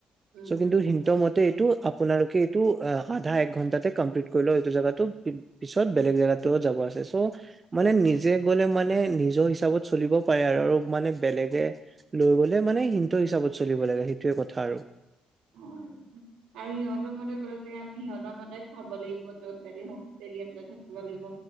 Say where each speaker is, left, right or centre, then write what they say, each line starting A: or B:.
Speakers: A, on the right; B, on the right.
A: উম
B: চ' কিন্তু
A: উম
B: সিহঁতৰ মতে এইটো আপোনালোকে এইটো আধা এক ঘন্টাতে কমপ্লিট কৰিলওঁক এইটো জেগাটো। পিছত বেলেগ জেগাটো যাব আছে চ' মানে নি জে গ'লে মানে নিজৰ হিচাপত চলিব পাৰে আৰু আৰু মানে বেলেগে লৈ গ'লে মানে সিহঁতৰ হিচাপত চলিব লাগে সেইটোৱে কথা আৰু।
A: অ', আৰু সিহঁতৰ মতে গৈ পেলাই আমি সিহঁতৰ মতে খাব লাগিব। ত' এদিন হোমষ্টেত থাকিব লাগিব।